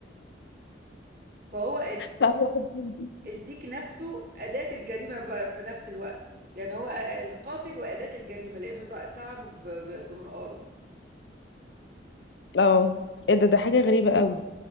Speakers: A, on the right; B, on the left.
A: فهو
B: لا واخد مني
A: الديك نفسه أداة الجريمة ب- في نفس الوقت يعني هو القاتل وأداة الجريمة لأنه طع- طعنه ب- ب- بمنقاره
B: اه ايه ده ده حاجة غريبة قوي